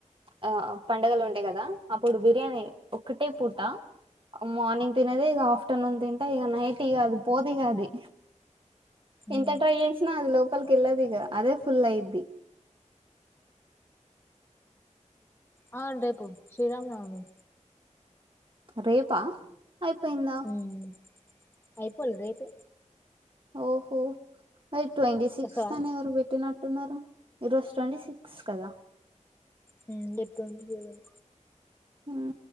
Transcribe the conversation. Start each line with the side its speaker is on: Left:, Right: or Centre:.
Right: ఆ పండగలు ఉంటాయి కదా అప్పుడు బిర్యానీ ఒక్కటే పూట మార్నింగ్ తినేది ఇగ ఆఫ్టర్నూన్ తింటే ఇగ నైట్ ఇగ అది పోదు ఇగ అది
Left: ఉమ్
Right: ఎంత ట్రై చేసినా అది లోపలికి వెళ్ళదు ఇగ అదే ఫుల్ అయిద్ది
Left: అవును రేపు శ్రీరామనవమి
Right: రేపా అయిపోయిందా
Left: ఉమ్ అయిపోలే రేపే
Right: ఓహో మరి ట్వంట సిక్స్
Left: వస్తావా
Right: అని ఎవరో పెట్టి నట్ టున్నారు ఈ రోజు ట్వంటీ సిక్స్ కదా
Left: హుమ్ రేపు ట్వంటి సేవన్
Right: హుమ్